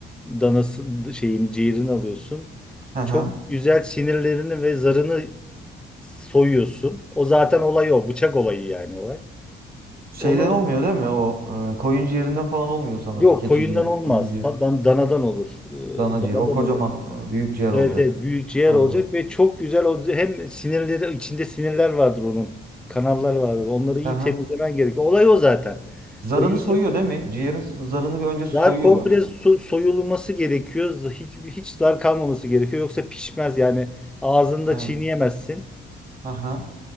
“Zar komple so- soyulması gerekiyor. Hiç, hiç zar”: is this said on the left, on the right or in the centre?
Centre